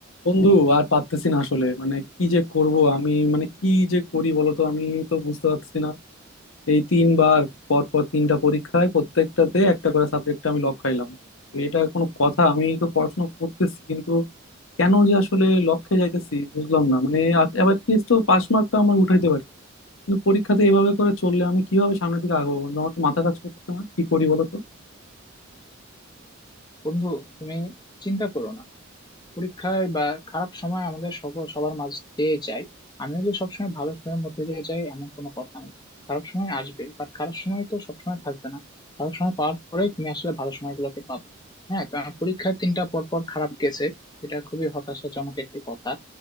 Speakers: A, on the left; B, on the left.
A: বন্ধু আর পারতেছি না আসলে মানে কি যে করব আমি মানে কি যে করি বলতো আমি তো বুঝতে পারছি না এই তিনবার পর পর তিনটা পরীক্ষায় প্রত্যেকটাতে একটা করে সাবজেক্টে আমি লক খাইলাম তো এটা কোনো কথা আমি তো পড়াশোনা করতেছি কিন্তু কেন যে আসলে লক্ষ্যে যাইতেছি বুঝলাম না মানে এবার লিস্ট তো পাস মার্কটা আমার উঠাইতে পারি কিন্তু পরীক্ষাতে এভাবে করে চললে আমি কিভাবে সামনের দিকে আগাবো বন্ধু আমার তো মাথা কাজ করতেছে না কি করি বলো তো
B: বন্ধু তুমি চিন্তা করো না পরীক্ষায় বা খারাপ সময় আমাদের সকল সবার মাঝ দিয়ে যায় আমিও যে সবসময় ভালো সময়ের মধ্যে দিয়ে যাই এমন কোনো কথা নেই খারাপ সময় আসবে বাট খারাপ সময় তো সবসময় থাকবে না খারাপ সময় পাওয়ার পরে তুমি আসলে ভালো সময়গুলোকে পাবে হ্যাঁ তো আমার পরীক্ষায় তিনটা পর পর খারাপ গেছে এটা খুবই হতাশাজনক একটি কথা